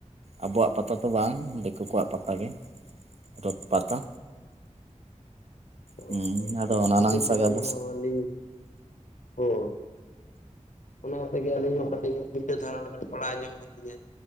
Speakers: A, on the right; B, on the left.
A: ᱟᱵᱚᱣᱟᱜ ᱯᱟᱛᱟ ᱛᱚ ᱵᱟᱝ ᱫᱤᱠᱩ ᱠᱚᱣᱟᱜ ᱯᱟᱛᱟ ᱜᱮ ᱨᱚᱛ ᱯᱟᱛᱟ
B: ᱚᱦᱚ
A: ᱦᱩᱸ ᱟᱫᱚ
B: ᱚᱱᱟ ᱠᱷᱟᱹᱛᱤᱨ
A: ᱱᱟᱝ
B: ᱛᱮᱜᱮ
A: ᱥᱟᱜ
B: ᱟᱞᱤᱧ
A: ᱟᱵᱚ
B: ᱦᱟᱸᱜ ᱵᱟᱹᱞᱤᱧ ᱚᱦᱚ ᱚᱱᱟ ᱛᱮᱜᱮ ᱟᱹᱞᱤᱧ ᱦᱚᱸ ᱠᱟᱹᱴᱤᱡ <unintelligible> ᱫᱷᱟᱨᱟ ᱯᱟᱲᱟᱣ ᱧᱚᱜ ᱞᱮᱜ ᱞᱤᱧᱟᱹ